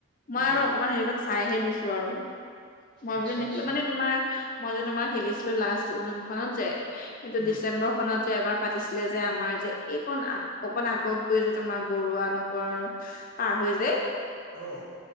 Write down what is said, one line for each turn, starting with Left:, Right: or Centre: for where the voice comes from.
Left: মই
Right: অ',
Left: আৰু অকমান সেইহঁতক চাইহে দিছো আৰু মই
Right: আচ্ছা,
Left: বোলো নেখেলো
Right: আচ্ছা
Left: মানে তোমাৰ মই যে তোমাক খেলিছিলো লাষ্ট যোনখনত যে এইটো
Right: উম,
Left: ডিচেম্বৰ খনত যে এবাৰ পাতিছিলে যে আমাৰ যে এইকণ আ অকণ আগত গৈ যে তোমাৰ বৰুৱা নগৰ পাৰ হৈ যে
Right: আহ